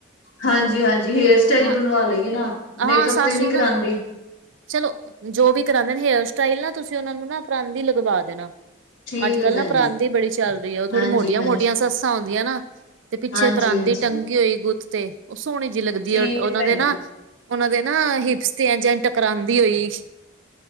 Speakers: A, on the left (about 80°); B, on the right (about 75°).
A: ਹਾਂਜੀ-ਹਾਂਜੀ, ਹੇਅਰ ਸਟਾਈਲ
B: ਹਾਂ
A: ਬਣਵਾ ਲਏਗੀ ਨਾ।
B: ਹਾਂ,
A: ਮੇਕਅਪ
B: ਸੱਸ
A: ਤੇ ਨੀ
B: ਹੁਣ
A: ਕਰਾਂਦੀ
B: ਚਲੋ, ਜੋ ਵੀ ਕਰਾਂਦੇ ਨੇ, ਹੇਅਰ ਸਟਾਈਲ ਨਾ ਤੁਸੀਂ ਓਨਾ ਨੂੰ ਨਾ ਪਰਾਂਦੀ ਲਗਵਾ ਦੇਣਾ।
A: ਠੀਕ
B: ਅੱਜਕੱਲ
A: ਹੈ ਭੈਣ
B: ਨਾ ਪਰਾਂਦੀ
A: ਜੀ
B: ਬੜੀ ਚੱਲਦੀ ਐ ਓ ਥੋੜ੍ਹੀ
A: ਹਾਂਜੀ
B: ਮੋਟੀਆਂ-ਮੋਟੀਆਂ
A: ਹਾਂਜੀ
B: ਸੱਸਾਂ ਹੁੰਦੀਆਂ ਨਾ। ਤੇ ਪਿੱਛੇ
A: ਹਾਂਜੀ
B: ਪਰਾਂਦੀ
A: ਹਾਂਜੀ
B: ਟੰਗੀ ਹੋਈ ਗੁੱਤ ਤੇ ਓ ਸੋਹਣੀ ਜੀ ਲੱਗਦੀ
A: ਠੀਕ
B: ਐ, ਓਨਾਂ
A: ਹੈ ਭੈਣ
B: ਦੇ ਨਾ
A: ਜੀ
B: ਓਹਨਾਂ ਦੇ ਨਾ ਹਿਪਸ ਤੇ ਐਜਂ-ਐਨ ਟਕਰਾਂਦੀ ਹੋਈ।